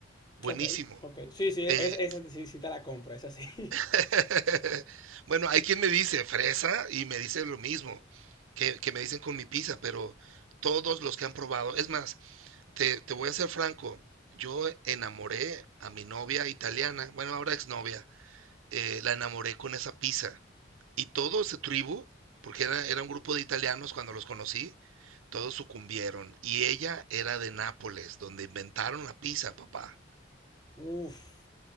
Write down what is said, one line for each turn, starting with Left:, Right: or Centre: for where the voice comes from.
Right: buenísimo
Left: Ok, ok. Sí, sí, es-
Right: Eh,
Left: esa sí, sí te la compro, esa sí.
Right: <laughs> Bueno, hay quien me dice fresa y me dice lo mismo que, que me dicen con mi pizza, pero todos los que han probado, es más, te, te voy a ser franco, yo enamoré a mi novia italiana, bueno, ahora exnovia, eh, la enamoré con esa pizza. Y todo ese tribu, porque era, era un grupo de italianos cuando los conocí, todos sucumbieron. Y ella era de Nápoles, donde inventaron la pizza, papá.
Left: <laughs> Uf.